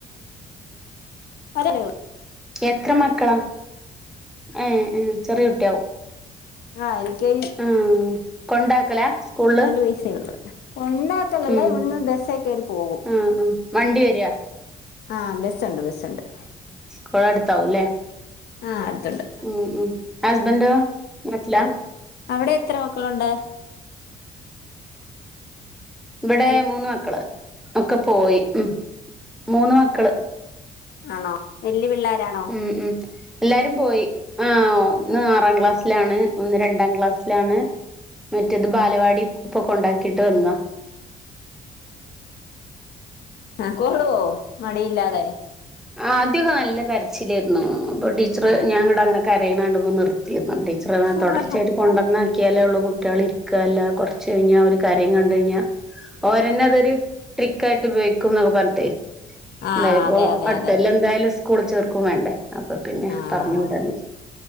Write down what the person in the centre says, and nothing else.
എത്ര മക്കളാ ഏഹ് ഏഹ് ചെറിയ കുട്ട്യാവും.
ഉം കൊണ്ടാക്കലാ. സ്കൂളില്
ഉം
ആഹ് ആഹ് വണ്ടി വര.
കോളട്ത്താവും ലേ.
ഉം ഉം ഹസ്ബൻഡോ നാട്ട്ലാ.
വിടെ
മൂന്ന് മക്കള് ഒക്കെ പോയി ഉം മൂന്ന് മക്കള്.
ഉം ഉം എല്ലാരും പോയി ആഹ് ഒ ന്ന് ആറാം ക്ലാസ്. ലാണ് ഒന്ന് രണ്ടാം ക്ലാസ്ലാണ് മറ്റേത് ബാലവാടി പ്പൊ കൊണ്ടാക്കിട്ട് വന്നത.
ആദ്യൊക്ക നല്ല കര്ച്ചിലേര്ന്നു പ്പൊ ടീച്ചറ്
ഞാങ്ങട്ടങ്ങനെ കരയണ കണ്ടപ്പോ നിർത്തിയിരുന്നു അപ്പൊ ടീച്ച റ ണ തൊടർച്ചയായിട്ട്.
കൊണ്ടന്നാക്ക്യാലേള്ളു കുട്ട്യളിര്ക്ക അല്ലാ കൊർച്ച് കഴിഞ്ഞാ ഒരു കരയും കണ്ടഴ്ഞ്ഞാ. ഓരന്നെതൊര് ട്രിക്കായിട്ട് ഉപയോഗിക്കും ന്നൊക്കെ പർഞ്ഞിട്ടെ
ന്തായാലു
പ്പോ.
എന്തായാലു സ്കൂള് ചേർക്കും വേണ്ടേ അപ്പൊ പിന്നെ
പർഞ്ഞു വിടാന്നച്ച്.